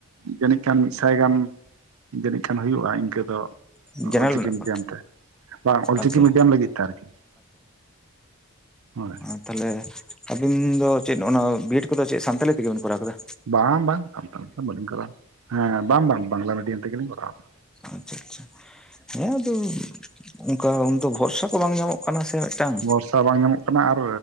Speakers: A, on the right; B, in the centre.
A: ᱡᱟᱹᱱᱤᱡ ᱠᱷᱟᱱ ᱢᱤᱫ ᱥᱟᱭ ᱜᱟᱱ ᱡᱟᱹᱱᱤᱡ ᱠᱷᱟᱱ ᱦᱩᱭᱩᱜᱼᱟ ᱤᱱᱠᱟᱹ ᱫᱚ ᱾
B: ᱡᱮᱱᱟᱨᱮᱞ
A: ᱚᱞᱪᱤᱠᱤ
B: ᱢᱮᱱᱟᱜ
A: ᱢᱤᱰᱤᱭᱟᱢ
B: ᱠᱚᱣᱟ
A: ᱛᱮ? ᱵᱟᱝ ᱚᱞᱪᱤᱠᱤ
B: ᱟᱪᱪᱷᱟ
A: ᱢᱤᱰᱤᱭᱟᱢ ᱞᱟᱹᱜᱤᱫ ᱛᱮ ᱟᱨᱠᱤ ᱾ ᱦᱳᱭ ᱾
B: ᱟᱨ ᱛᱟᱦᱚᱞᱮ ᱟᱵᱤᱱ ᱫᱚ ᱪᱮᱫ ᱚᱱᱟ ᱵᱤᱭᱮᱰ ᱠᱚᱫᱚ ᱪᱮᱫ ᱥᱟᱱᱛᱟᱞᱤ ᱛᱮᱜᱮ ᱵᱮᱱ ᱠᱚᱨᱟᱣ ᱟᱠᱟᱫᱟ?
A: ᱵᱟᱝ ᱵᱟᱝ ᱥᱟᱱᱛᱟᱲ ᱛᱮᱫᱚ ᱵᱟᱹᱞᱤᱧ ᱠᱚᱨᱟᱣ, ᱦᱮᱸ ᱵᱟᱝ ᱵᱟᱝ ᱵᱟᱝᱞᱟ ᱢᱤᱰᱤᱭᱟᱢ ᱛᱮᱜᱮᱞᱤᱧ ᱠᱚᱨᱟᱣᱜ-ᱟ᱾
B: ᱟᱪᱪᱷᱟ ᱟᱪᱪᱷᱟ ᱦᱮᱸ ᱟᱫᱚ ᱚᱱᱠᱟ ᱩᱱ ᱫᱚ ᱵᱷᱚᱨᱥᱟ ᱠᱚ ᱵᱟᱝ ᱧᱟᱢᱚᱜ ᱠᱟᱱᱟ ᱥᱮ ᱢᱤᱫᱴᱟᱝ ᱾
A: ᱵᱷᱚᱨᱥᱟ ᱵᱟᱝ ᱧᱟᱢᱚᱜ ᱠᱟᱱᱟ ᱟᱨ